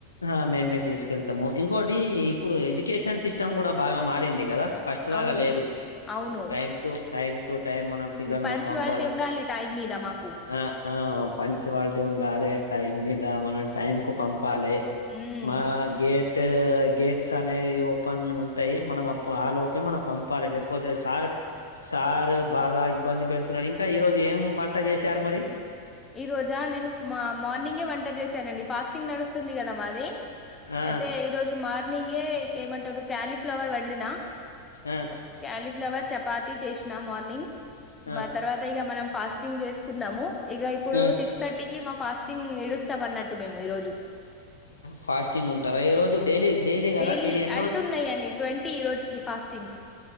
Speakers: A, on the left; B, on the left.
A: ఆ మేమే తీసుకెళ్తాము. ఇంకోటి ఇప్పుడు ఎడ్యుకేషన్ సిస్టమ్ కూడా బాగా మారింది కదా. ఫస్ట్ లాగా
B: అవును
A: లేదు
B: అవును
A: time to time to time మనం పిల్లలను
B: పంచువాలిటీ
A: పంపాల.
B: ఉండాలి టైం మీద మాకు
A: ఆ ఆ పంచవాళ్ళు ఉండాలి టైం మీద మనం టైం కు పంపాలి.
B: మ్మ్,
A: మా గేట్ గేట్స్ అనేది ఓపెన్ ఉంటాయి. మనం అప్పు ఆలోపే మనం పంపాలి లేకపోతే సార్ సార్ బాగా ఇబ్బంది పెడుతున్నారు. ఇంకా ఈ రోజు ఏం వంట చేశారు మరి.
B: ఈ రోజా నేను మా మార్నింగే వంట చేశానండి ఫాస్టింగ్ నడుస్తుంది కదా మాది
A: ఆ
B: అయితే ఈ రోజు మా మార్నింగే ఏమంటారు క్యాలీఫ్లవర్ వండినా
A: ఆ
B: క్యాలిఫ్లవర్ చపాతి పాతి చేసిన మార్నింగ్
A: ఆ
B: మ తర్వాత ఇక మనం ఫాస్టింగ్ చేసుకున్నాము. ఇక ఇప్పుడు
A: ఆ
B: సిక్స్ థర్టీకి మా ఫాస్ట్ ఇడుస్తామ్ అన్నట్టు మేము ఈ రోజు
A: ఫాస్టింగ్ ఉంటారా ఈ రోజు డైలీ కదా
B: డైలీ
A: ఇది ఎన్నో
B: అయితున్నాయన్ని ట్వంటీ రోజుకి ఫాస్టింగ్స్